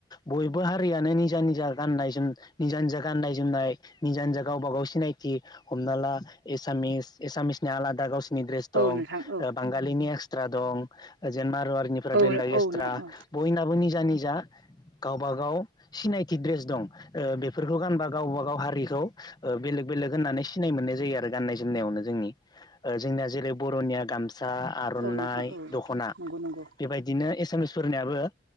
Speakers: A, on the left; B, on the right.
A: बयबो हारियानो निजा निजा गाननाय जोम निजा निजा गाननाय जोमनाय निजा निजा गावबा गाव सिना- सिनायथि हमनाला एसामिस एसामिसना आलादा गावसो- नि ड्रेस दं
B: औ नोंथां औ
A: ओ बांगालिनि एक्सट्रा दं ओ जेन माारुवारिनिफोरा
B: औ
A: बेलेग
B: औ
A: एक्सट्रा
B: नोंथां औ
A: बयनाबो निजा निजा गावबा गाव सिनायथि ड्रेस दं ओ बेफोरखौ गानबा गावबा गाव हारिखौ ओ बेलेग बेलेग होननानै सिनाय मोननाय जायो आरो गाननाय जोमनायावनो जोंनि ओ जोंनिया जेरै बर'निया गाम- सा आर'नाइ
B: औ नोंथां औ
A: दख'ना
B: नंगौ नंगौ
A: बेबायदिनो एसामिसफोरनियाबो ओ